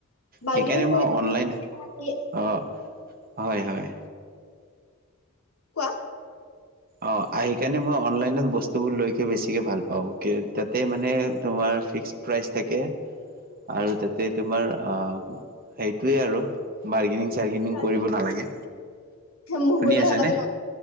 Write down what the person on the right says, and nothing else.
সেইকাৰণে
মই অনলাইন
অ হয় হয়
অ সেইকাৰণে মই অনলাইন বস্তুবোৰ লৈ বেছিকে ভাল পাও তাতে মানে তোমাৰ ফিস্ক প্ৰাইজ থাকে আৰু তাতে তোমাৰ সেইটোৱে আৰু বাৰ্গেনিং
কৰিব নালাগে
শুনি
আছে
নে